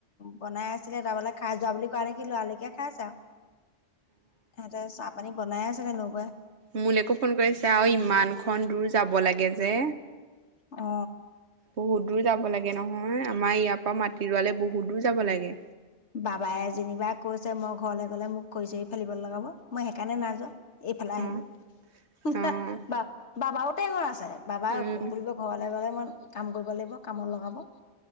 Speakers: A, on the left; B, on the right.
A: বনাই আছিলে তাৰমানালে খাই যোৱা বুলি কোৱা নেকি ল'ৰালকে খাইছে আৰু সিহঁতে চাহ পানী বনাই আছে নবৌ য়ে
B: মূলেক ফোন কৰিছে আৰু ইমানখন দূৰ যাব লাগে যে
A: অ
B: বহুত দূৰ যাব লাগে নহয় আমাৰ ইয়াৰ পৰা মাটিৰুৱালে বহুত দূৰ যাব লাগে
A: বাবাই যেনিবা কৈছে মই ঘৰলৈ গলে মোক খৰি চৰি ফেলিব লগাব মই সেইকাৰণে নাযোৱা এইফালে আহিলো
B: অ', অ',
A: বাবাওটে টেঙৰ আছে বাবা
B: উম,
A: বোলিব ঘৰলে ঘলে ই কাম কৰিব লাগিব কামত লগাব